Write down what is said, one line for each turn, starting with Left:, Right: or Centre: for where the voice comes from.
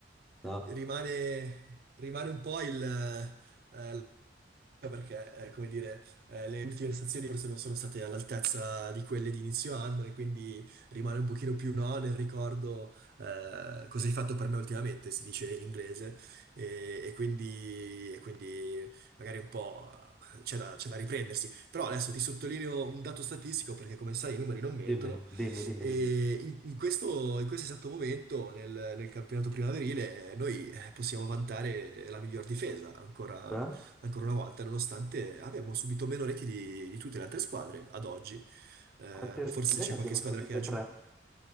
Centre: no?
Right: rimane, rimane un po' il, eh, perché, eh, come dire, eh, le ultime prestazioni forse non sono state all'altezza di quelle di inizio anno e quindi rimane un pochino più no nel ricordo eh, cosa hai fatto per me ultimamente, si dice in inglese, e, e quindi, e quindi magari un po' eh, c'è da, c'è da riprendersi. Però adesso ti sottolineo un dato statistico perché come sai i numeri non mentono
Centre: Dimmi, dimmi, dimmi,
Right: e
Centre: dimmi.
Right: in, in questo, in questo esatto momento nel, nel campionato primaverile eh, noi eh, possiamo vantare la miglior difesa ancora
Centre: Cioè?
Right: ancora una volta, nonostante abbiamo subito meno reti di, di tutte le altre squadre ad oggi. Eh,
Centre: Quante...
Right: forse
Centre: Noi
Right: c'è
Centre: ne abbiamo
Right: qualche squadra
Centre: subite
Right: che ha
Centre: tre.
Right: giocato.